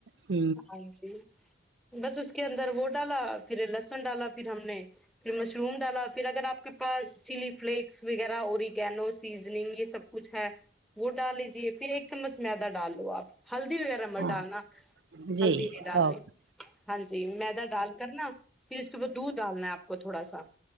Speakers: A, on the right; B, in the centre.
A: ہ
B: ہاں جی بس اس کے اندر وہ ڈالا <unintelligible> پھر لہسن ڈالا پھر ہم نے پھر مشروم ڈالا پھر اگر آپ کے پاس چلی فلیکس وغیرہ اوریگینو سیزنگ یہ سب کچھ ہے وہ ڈال لیجے پھر ایک چمچ میدا ڈال لو آپ ہلدی وغیرہ مر
A: ہاں
B: ڈالنا
A: جی
B: ہلدی نہیں
A: اوکے
B: ڈالنی ہاں جی مییدا ڈال کرنا اس کے بع دودھ ڈالنا ہے آپ کو تھوڑا سا